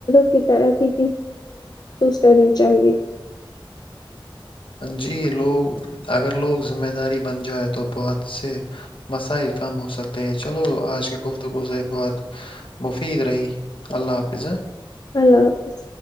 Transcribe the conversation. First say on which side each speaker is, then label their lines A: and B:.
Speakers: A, on the left; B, on the left.
A: کی ترککی کرنی چائے
B: جی لوگ اگر لوگ ذمہ داری بن جائے تو بہت سے مسائل کم ہو سکتے ہیں چلو آج کی گفتگوز بہت مفید رہی اللہ حافظ
A: اللہ حافظ